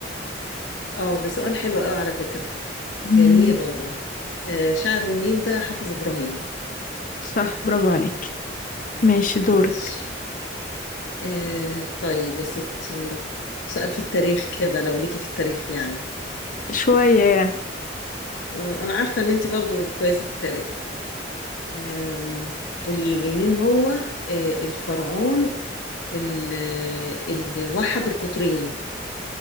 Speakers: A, on the left (about 80°); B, on the left (about 45°).
A: اه ده سؤال حلو قوي على فكرة
B: مم.
A: جميل والله آه شاعر النيل ده حافظ إبراهيم
B: صح برافو عليك ماشي دورك
A: ماشي آه طيب يا ستي سؤال في التاريخ كده لو ليكي في التاريخ يعني
B: شوية يعني
A: آه أنا عارفة إن أنت برضو كويسة في التاريخ آم، قولي لي مين هو آه الفرعون اللي, اللي وحد القطرين